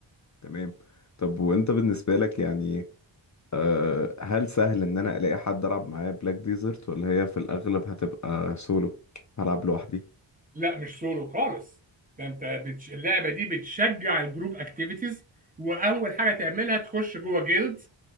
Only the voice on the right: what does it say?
لا مش سولو خالص ده انت بتش... اللعبة دي بتشجع الجروب اكتيفيتيز واول حاجة تعملها تخش جوه جيلد